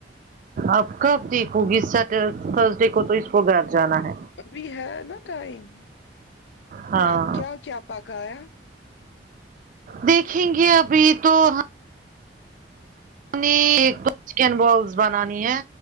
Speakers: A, on the right (about 45°); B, on the left (about 70°).
A: اب کب دیکھو گی سٹر تھرسڈے کو تو اس کو گھر جانا ہے
B: ابھی ہے نا ٹائم
A: ہاں
B: اب کیا کیا پکایا
A: دیکھیں گے ابھی تو ہم نے ایک تو چکن بولس بنانی ہے